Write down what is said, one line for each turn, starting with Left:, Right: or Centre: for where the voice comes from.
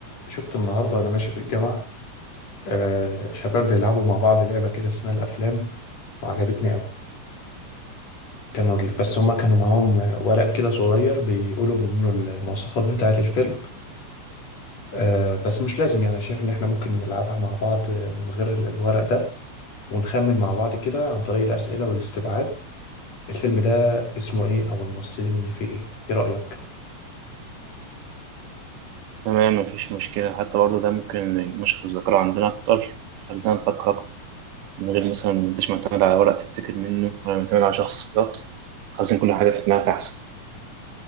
Left: شفت النهاردة وأنا ماشي في الجامعة آه شباب بيلعبوا مع بعض لعبة كده اسمها الأفلام وعجبتني أوي كانوا بس هما كانوا معاهم ورق كده صغير بيقولوا منه المواصفات بتاعة الفيلم آه بس مش لازم يعني أنا شايف إن إحنا ممكن نلعبها مع بعض من غير ال- الورق ده ونخمن مع بعض كده عن طريق الأسئلة والاستبعاد الفيلم ده اسمه إيه أو الممثلين اللي فيه إيه إيه رأيك؟
Right: تمام مفيش مشكلة حتى برضه ده ممكن ينشط الذاكرة عندنا أكتر يخلينا نفكر أكتر من غير مثلا ما أنتش معتمد على ورق تفتكر منه ولا معتمد على شخص بالظبط خزن كل حاجة في دماغك أحسن